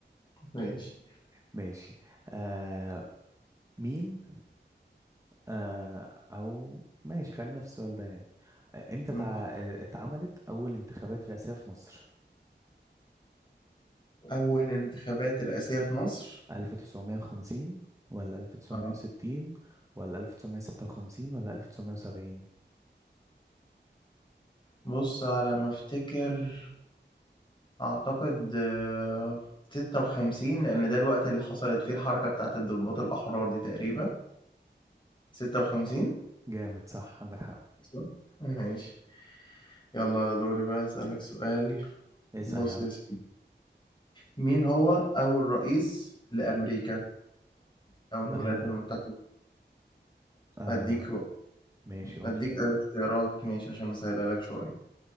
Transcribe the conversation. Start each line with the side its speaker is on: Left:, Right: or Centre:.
Left: ماشي
Right: ماشي آه مين آه او ماشي خلينا في السؤال ده يعني آه، امتى
Left: ماشي.
Right: تع... آه، اتعملت اول انتخابات رئاسية في مصر
Left: أول انتخابات رئاسية في مصر
Right: 1950 ولا 1960
Left: آه.
Right: ولا 1956 ولا 1970
Left: بص على ما أفتكر أعتقد آه، ستة وخمسين لأن ده الوقت اللي حصلت فيه الحركة بتاعة الضباط الأحرار دي تقريبا ستة وخمسين
Right: جامد صح عندك حق
Left: صح؟ ماشي يلا دوري بقى أسألك سؤال
Right: اسأل
Left: بص
Right: يا عم
Left: يا سيدي مين هو أول رئيس لأمريكا أو الولايات
Right: أو
Left: المتحدة
Right: آه
Left: أديك
Right: ماشي قول
Left: أديك
Right: لي
Left: اختيارات ماشي عشان أسهلها لك شوية